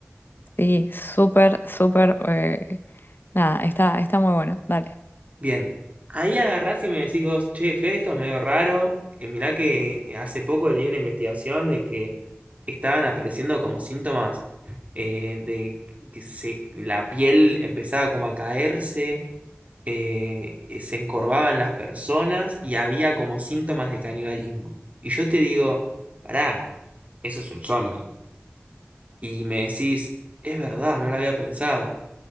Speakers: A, on the left; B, on the right.
A: Sí, súper, súper. eh, nada, está, está muy bueno. Dale.
B: Bien, ahí agarrás y me decís vos, che, Fede, esto es medio raro. Eh, mirá que eh, hace poco leí una investigación de que estaban apareciendo como síntomas eh, de que se, la piel empezaba como a caerse, eh, eh, se encorvaban las personas y había como síntomas de canibalismo. Y yo te digo, pará, eso es un zombie. Y me decís, es verdad, no lo había pensado